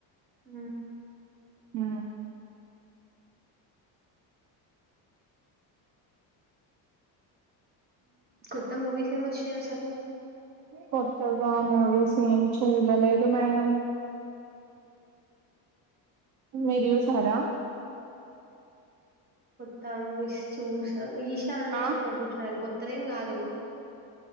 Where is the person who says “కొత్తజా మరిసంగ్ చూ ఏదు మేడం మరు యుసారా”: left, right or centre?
Right